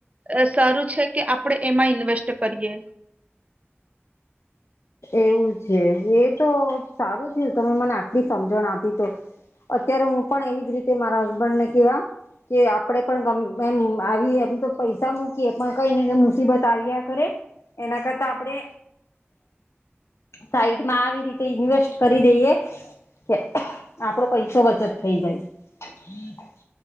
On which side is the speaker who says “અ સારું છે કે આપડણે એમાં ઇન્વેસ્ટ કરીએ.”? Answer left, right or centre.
Right